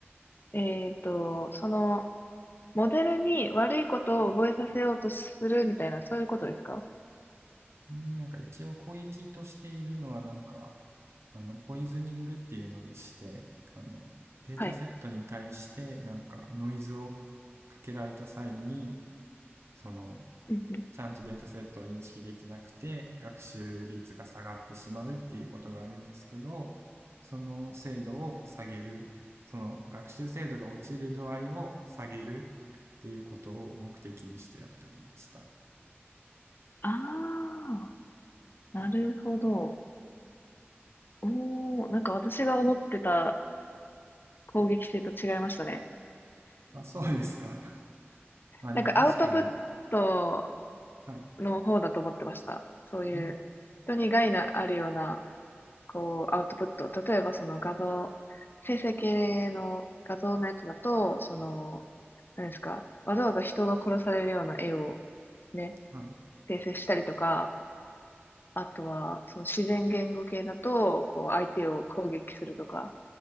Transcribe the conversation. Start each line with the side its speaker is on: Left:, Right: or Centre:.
Left: えっと、その、モデルに悪いことを覚えさせようとするみたいな、そういうことですか
Right: んなんか一応攻撃としているのはなんか、あの、ポイズニングっていうのでして、あの、データセットに対してなんかノイズをかけられた際に、
Left: はい。
Right: その
Left: うんうん。
Right: ちゃんとデータセットを認識できなくて、学習率が下がってしまうっていうことがあるんですけど、その精度を下げる、その学習精度が落ちる度合いを下げるっていうことを目的にしてやっておりました。
Left: ああ、なるほど。おー、なんか私が思ってた攻撃性と違いましたね。
Right: あ、そうですか。<laughs> まあでも確かに、
Left: なんかアウトプット
Right: はい。
Left: の方だと思ってました。そういう人に害のあるような、
Right: ん
Left: こう、アウトプット。例えばその画像、生成系の画像のやつだと、その、何ですか、わざわざ人が殺されるような絵をね、
Right: はい。
Left: 生成したりとか、あとは、その自然言語系だと、こう、相手を攻撃するとか、